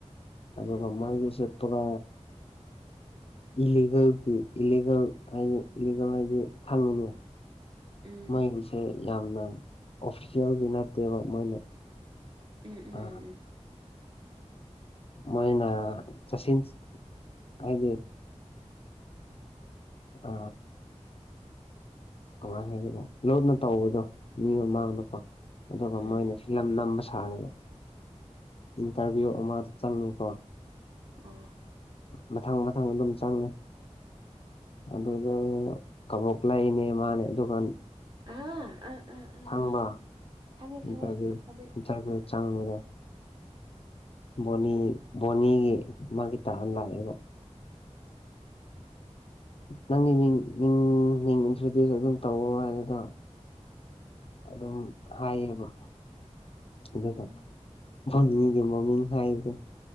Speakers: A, on the left (about 50°); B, on the right (about 40°).
A: ꯑꯗꯨꯒ
B: ꯎꯝ
A: ꯃꯣꯏꯒꯤꯁꯦ ꯄꯨꯔꯥ ꯏꯂꯤꯒꯜꯒꯤ ꯏꯂꯤꯒꯜ ꯍꯥꯏꯗꯤ ꯏꯂꯤꯒꯜ ꯍꯥꯏꯗꯤ ꯈꯪꯉꯤꯅꯦ꯫
B: ꯎꯝ
A: ꯃꯩꯒꯤꯁꯦ ꯌꯥꯝꯅ ꯑꯣꯐꯤꯁꯦꯜꯗꯤ ꯅꯠꯇꯦꯕ ꯃꯣꯏꯅ
B: ꯎꯝ ꯎꯝ ꯎꯝ
A: ꯑ
B: ꯎꯝ
A: ꯃꯣꯏꯅ ꯆꯠꯁꯤꯟ ꯍꯥꯏꯗꯤ ꯑ ꯀꯃꯥꯏꯅ ꯍꯥꯏꯒꯗ ꯂꯨꯅ ꯇꯧꯕꯗꯣ ꯃꯤ ꯃꯃꯥꯡꯗꯀꯣ ꯑꯗꯨꯒ
B: ꯎꯝ
A: ꯃꯣꯏꯅ ꯐꯤꯂꯝ ꯅꯝꯕ ꯁꯥꯔꯒ ꯏꯟꯇꯔꯚꯤꯌꯨ ꯑꯃꯗ ꯆꯪꯉꯤꯀꯣ
B: ꯑꯣ
A: ꯃꯊ ꯪ ꯃꯊꯪ ꯑꯗꯨꯝ ꯆꯪꯉꯦ꯫ ꯑꯗꯨꯗ ꯀꯕꯣꯛ ꯂꯩꯅꯦ ꯃꯥꯅꯦ ꯑꯗꯨꯒꯟ
B: ꯑꯥ ꯑꯥ ꯑꯥ ꯑꯥ
A: ꯊꯪꯕ
B: ꯈꯪꯉꯦ
A: ꯏ
B: ꯈꯪꯉꯦ
A: ꯏꯟꯇꯔꯚꯤꯌꯨ
B: ꯍꯧꯖꯤꯛ
A: ꯆꯪꯉꯕ ꯕꯣꯅꯤ ꯕꯣꯅꯤꯒꯤ ꯃꯥꯒꯤ ꯇꯥ ꯑꯃ ꯂꯥꯛꯑꯦꯕꯣ꯫ ꯅꯪꯒꯤ ꯃꯤꯡ ꯃꯤꯡ ꯃꯤꯡ ꯏꯟꯇ꯭ꯔꯣꯗ꯭ꯌꯨꯁ ꯑꯗꯨꯝ ꯇꯧꯑꯣ ꯍꯥꯏꯕꯗꯣ ꯑꯗꯨꯝ ꯍꯥꯏꯌꯦꯕ ꯑꯗꯨꯒ
B: ꯎꯝ
A: ꯐꯣꯅꯤꯒꯤ ꯃꯃꯤꯡ ꯍꯥꯏꯕꯗꯣ